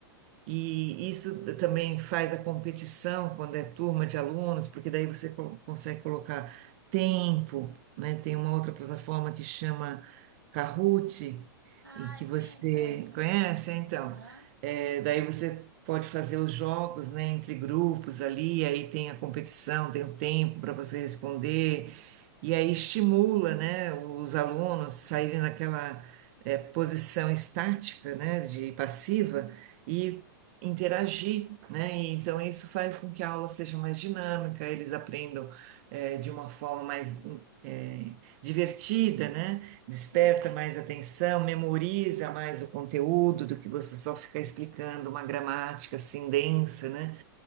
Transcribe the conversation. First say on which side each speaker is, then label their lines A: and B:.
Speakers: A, on the right; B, on the right.
A: E isso também faz a competição quando é turma de alunos, porque daí você colo- consegue colocar tempo, né? Tem uma outra plataforma que chama Kahoot,
B: Ah,
A: e que
B: eu
A: você
B: conheço essa.
A: conhece, então.
B: Aham,
A: É, daí você pode fazer os jogos, né, entre grupos ali, aí tem a competição, tem o tempo para você responder, e aí estimula, né, os alunos saírem daquela, é, posição estática, né, de passiva, e interagir, né? E então isso faz com que a aula seja mais dinâmica, eles aprendam eh, de uma forma mais eh, divertida, né? Desperta
B: sim.
A: mais atenção, memoriza mais o conteúdo do que você só ficar explicando uma gramática assim densa, né?